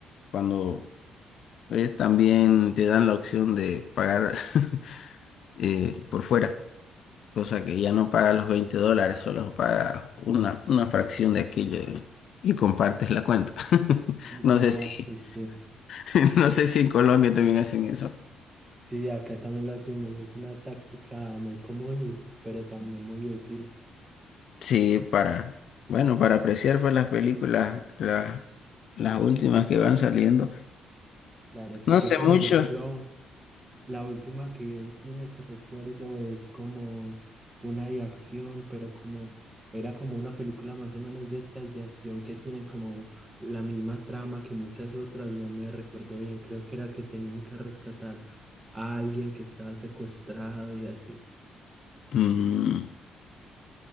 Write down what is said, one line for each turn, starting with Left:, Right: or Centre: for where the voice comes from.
Left: cuando ves también te dan la opción de pagar <laughs> eh, por fuera, cosa que ya no pagas los 20 dólares, solo pagas una, una fracción de aquello eh, y compartes la cuenta. <laughs>
Right: Ah,
Left: No sé si,
Right: sí, sí.
Left: <laughs> no sé si en Colombia también hacen eso.
Right: Sí, acá también lo hacemos. Es una táctica muy común y pero también muy útil.
Left: Sí, para, bueno, para apreciar pues las películas, las, las últimas que van saliendo.
Right: Claro, si
Left: No
Right: yo,
Left: hace
Right: por
Left: mucho.
Right: ejemplo, la última que vi en cine que recuerdo es como una de acción, pero como era como una película más o menos de estas de acción que tienen como la misma trama que muchas otras, no me recuerdo bien, creo que era que tenían que rescatar a alguien que estaba secuestrado y así.
Left: Mm,